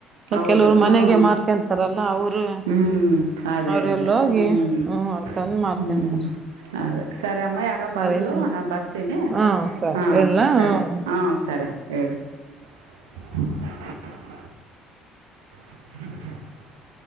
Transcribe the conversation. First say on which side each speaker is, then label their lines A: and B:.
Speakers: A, on the right; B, on the right.
A: ಹೌದು
B: ಕೆಲವ್ರು
A: ಹ್ಮ್
B: ಮನೆಗೆ ಮಾರ್ಕೊಂತಾರಲ್ಲ ಅವರು
A: ಹ್ಮ್ ಅದೇ
B: ಅವ್ರೆಲ್ಲ
A: ಅದೇ
B: ಹೋಗಿ
A: ಹ್ಮ್
B: ತಂದ್ ಮಾರ್ಕೊಂತಾರ
A: ಹ್ಮ್ ಅದೇ ಸರಿ ಅಮ್ಮ ಯಾರ
B: ಸರಿನೆ
A: ಬಂದ್ರು ನಾನು ಬರ್ತೀನಿ
B: ಹಾ ಸರಿ
A: ಹಾ
B: ಇಡ್ಲಾ
A: ಸರಿ
B: ಹ್ಮ್
A: ಹಾ ಸರಿ ಹೇಳಿ <inaudible> <inaudible>